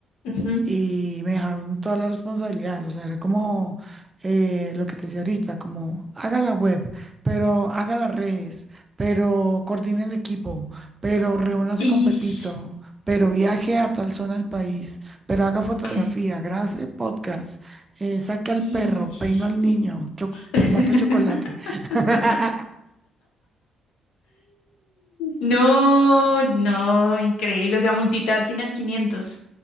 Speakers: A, on the left; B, on the right.
A: Ujú.
B: y me dejaron todas las responsabilidades. O sea, era como eh, lo que te decía ahorita, como haga la web, pero haga las redes, pero coordine el equipo, pero reúnase
A: Ish.
B: con Pepito, pero viaje a tal zona del país, pero haga fotografía,
A: Ok.
B: grabe podcast, eh, saque al
A: Ish.
B: perro, peino al niño, cho-
A: <laughs>
B: bato chocolate. <laughs>
A: No, no, increíble. O sea, multitasking al quinientos